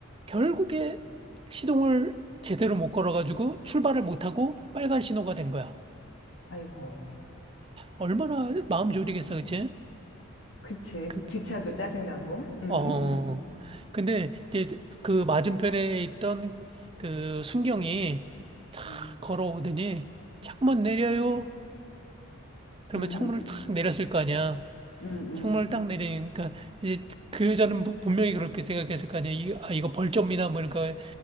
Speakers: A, on the right; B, on the left.
A: 결국에 시동을 제대로 못 걸어가지고 출발을 못하고 빨간 신호가 된 거야.
B: 아이고.
A: 얼마나 마음 졸이겠어, 그치?
B: 그치.
A: 근데,
B: 뒷차도 짜증나고. 음,
A: 어, 어, 어. 근데 이제 그 맞은편에 있던 그 순경이 탁
B: 음,
A: 걸어오더니 창문 내려요. 그러면
B: 음,
A: 창문을 탁 내렸을 거 아니야.
B: 음,
A: 창문을
B: 음.
A: 딱 내리니까 이제 그 여자는 부- 분명히 그렇게 생각했을 거 아니야. 이, 아, 이거 벌점이나 뭐 이런 거